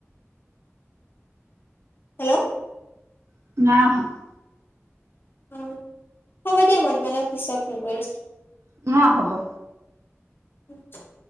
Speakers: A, on the left; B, on the right.
A: হেল্ল'?
B: <unintelligible>
A: অ, হ'ব দিয়া মই তোমাল পিছত ফোন কৰিছো।
B: <unintelligible> হ'ব।
A: <unintelligible>